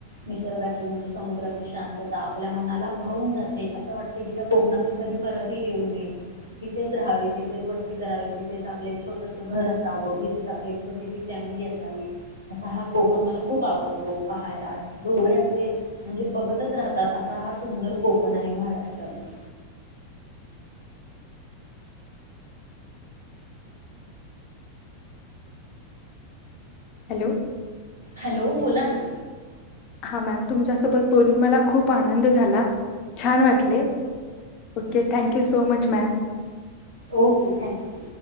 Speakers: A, on the right; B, on the left.
A: निसर्गाची म्हणजे समुद्राची शांतता आपल्या मनालाभावून जाते. क त्या कोकणातून कधी परत ह येऊ नये तिथेच राहावे, तिथेच वस्ती करावी, तिथेच आपलं एक छोटस घर असावं, तिथेच आपली एक छोटीशी फॅमिली असावी, असा हा कोकण मला खूप आवडतो, पहायला डोळे असे म्हणजे बघतच राहतात असा हा सुंदर कोकण आहे महाराष्ट्र काय ते?
B: हॅलो!
A: हॅलो, बोला ना!
B: हा मॅम, तुमच्यासोबत बोलून मला खूप आनंद झाला छान वाटले okay thank you so much ma'am!
A: Okay thank you!